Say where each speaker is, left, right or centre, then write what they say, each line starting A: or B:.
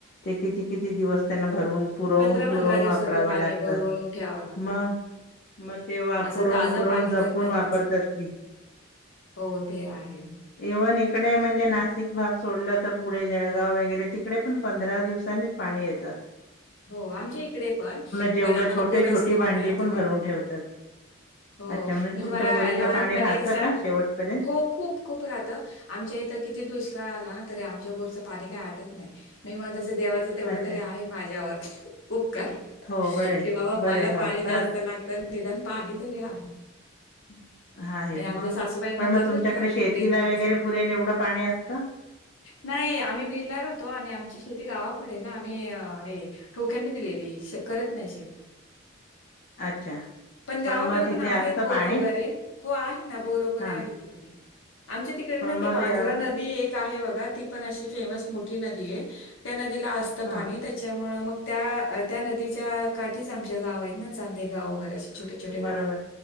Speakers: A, on the left (about 50°); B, on the left (about 70°).
A: ते किती किती दिवस त्यांना भरून पुरवून
B: पंधरा
A: पुरवून
B: पंधरा दिवसाचं
A: वापराव
B: पाणी
A: लागत
B: भरून ठेवावं लागतं.
A: मग मग ते वा
B: असं
A: पुरवून
B: ताजं
A: पुरवून
B: पाणी
A: जपून
B: तर नाहीच
A: वापरतात क
B: हो ते आहे.
A: इव्हन इकडे म्हणजे नाशिक भाग सोडला तर पुढे जळगाव वगैरे तिकडे पण पंधरा दिवसांनी पाणी येत.
B: हो आमच्या इकडे पण,
A: जेवढं
B: पण आम्हाला
A: छोटे
B: बोर असल्यामुळे
A: छोटी भांडी
B: आता
A: पण
B: काय
A: भरून
B: नाही.
A: ठेवतात
B: हो
A: अच्छा म्हणजे
B: मी
A: तुमच्या
B: तुम्हाला
A: बोरिंगला
B: लहानपणीच
A: पाणी राहतं का शेवटपर्यंत
B: हो खूप. खूप राहत आमच्या इथ किती दुष्काळ आला ना तरी आमच्या बोरच पाणी काही आटत नाही. मी मग तस देवाच तेवढ
A: अच्छा
B: तरी आहे माझ्यावर उपकार
A: हो बरं आहे
B: कि बाबा
A: बरं
B: मला
A: आहे
B: पाणी
A: हो
B: जास्त
A: खरंच
B: लागत निदान पाणी तरी आहे.
A: <inaudible> हा आहे
B: म्हणजे
A: मग
B: आमच्या सासूबाई म्हणतात
A: पण मग तुमच्याकडे
B: बरं का
A: शेतीला
B: लेच पाहिजे
A: वगैरे पुरेल एवढ पाणी असत.
B: नाही आम्ही बीडला राहतो आणि आमची शेती गावाकडे ना आम्ही हे ठोक्यांनी दिलेली श करत नाही शेती.
A: अच्छा.
B: गावाकडे
A: पण मग तिथे
B: आहेत
A: असत
B: बोर
A: पाणी.
B: वगैरे हो आहे ना बोर वैगरे
A: हां
B: आहे तिकडे. आमच्या तिकडे
A: पण
B: ना ती
A: मग
B: वांजरा
A: ते अ,
B: नदी एक आहे बगा, ती पण अशी फेमस मोठी नदी आहे त्या नदीला असत
A: हां
B: पाणी. त्याच्यामुळे मग त्या त्या नदीच्या काठीच आमच्या गाव आहेत ना चांदे गाव वगैरे असे. छोटे छोटे
A: बरोबर,
B: गाव आहेत.